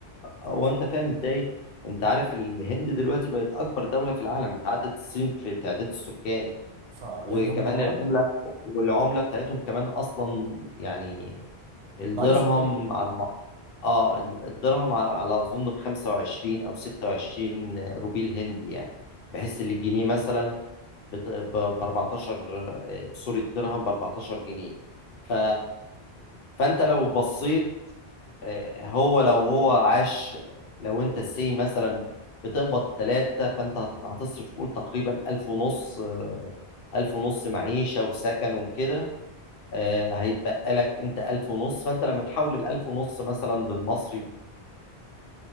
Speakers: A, on the left (about 65°); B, on the right (about 85°).
A: هو انت فاهم ازاي انت عارف الهند دلوقتي بقت اكبر دوله في العالم انت عدت الصين في تعداد السكان
B: فيعني
A: وكمان
B: هم اه
A: العملة والعملة بتاعتهم كمان أصلا يعني الدرهم
B: ضعيفة جدا
A: على اه الدرهم على على أظن ب 25 أو 26 روبيل هندي يعني بحيث إن الجنيه مثلا بت- ب 14 آه، سوري الدرهم ب 14 جنيه ف فأنت لو بصيت آه، هو لو هو عاش لو أنت سي مثلا بتقبض ثلاثة فأنت هت- هتصرف قول تقريبا ألف ونص ألف ونص معيشة وسكن وكده آه، هيتبقى لك أنت ألف ونص فأنت لما تحول الألف ونص مثلا للمصري